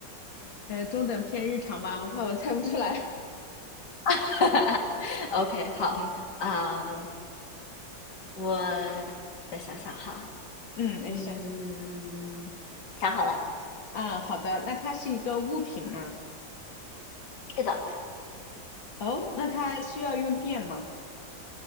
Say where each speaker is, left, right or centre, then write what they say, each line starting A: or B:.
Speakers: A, on the left (about 80°); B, on the left (about 60°).
A: 呃，中等偏日常吧，我怕我猜不出来。
B: <laughs>？OK，好，
A: <laughs> 嗯
B: 啊、我再想想哈，
A: 嗯，没事。
B: 嗯，想好了，
A: 啊，好的，那它是一个物品吗？
B: 是的，
A: 哦，那它需要用电吗？